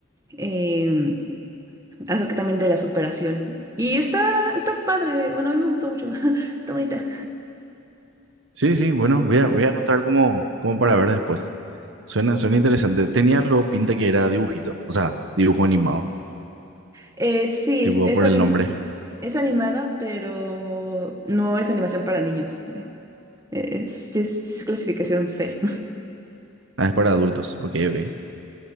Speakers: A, on the right; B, on the right.
A: Eh, acerca también de la superación. Y está, está padre, bueno, a mí me gustó mucho, <laughs> está bonita.
B: Sí, sí, bueno, voy a, voy a anotar como, como para ver después. Suena, suena interesante. Tenía lo pinta que era dibujito, o sea, dibujo animado,
A: Eh, sí,
B: tipo
A: es, es,
B: por
A: anim-
B: el nombre.
A: es animada, pero no es animación para niños. Eh, eh, sí es, sí es clasificación C. <laughs>
B: Ah, es para adultos, ok, ok.